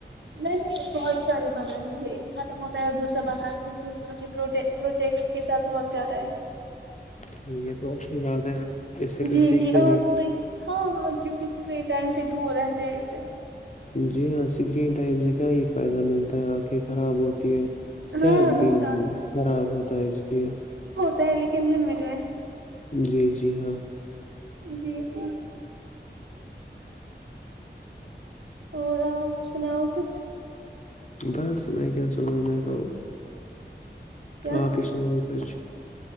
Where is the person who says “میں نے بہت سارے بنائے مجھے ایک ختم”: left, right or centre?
Right